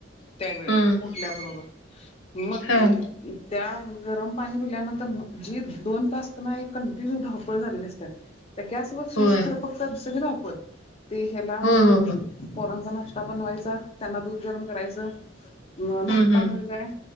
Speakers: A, on the left; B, on the left.
A: त्यावेळी
B: हं.
A: उठल्या बरोबर मग
B: हां.
A: त्या गरम पाणी पिल्यानंतर जी दोन तास क नाय कंटिन्यू धावपळ झालेली असत्या. तर गॅस व स्वीज
B: होय.
A: खरं फक्त सगळ धावपळ ते ह्याला
B: हो, हो, हो.
A: पोरांचा नाष्टा बनवायचा त्यांना दूध गरम करायचं. धाट
B: हं, हं.
A: मुलगा आहे